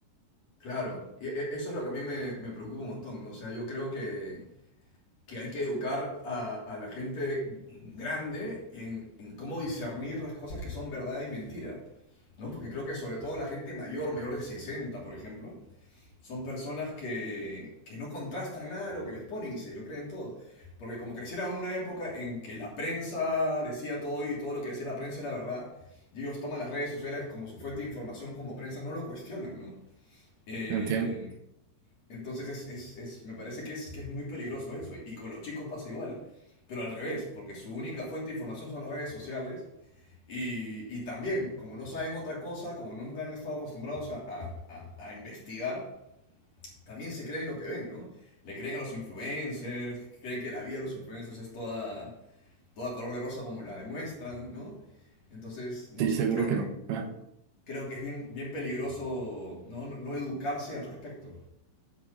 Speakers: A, on the left; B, on the right.
A: Claro, y e- eso es lo que a mí me, me preocupa un montón, ¿no? O sea, yo creo que, que hay que educar a, a la gente grande en, en cómo discernir las cosas que son verdad y mentira. ¿no? Porque creo que sobre todo la gente mayor, mayor de 60, por ejemplo, son personas que, que no contrastan nada de lo que les ponen y se lo creen todo. Porque como crecieron en una época en que la prensa decía todo y todo lo que decía la prensa era verdad, y ellos toman las redes sociales como su fuente de información, como prensa, no lo cuestionan, ¿no? Eh,
B: entiendo.
A: entonces es, es, es- me parece que es, que es muy peligroso eso. Y con los chicos pasa igual. Pero al revés, porque su única fuente de información son las redes sociales. Y, y también, como no saben otra cosa, como nunca han estado acostumbrados a, a- a- a investigar, también se creen lo que ven, ¿no? Le creen a los influencers, creen que la vida de los influencers es toda, toda color de rosa como la demuestran, ¿no? Entonces, no
B: Sí,
A: sé,
B: seguro
A: creo
B: que
A: que,
B: no. Ah,
A: creo que es bien, bien peligroso no, no no educarse al respecto.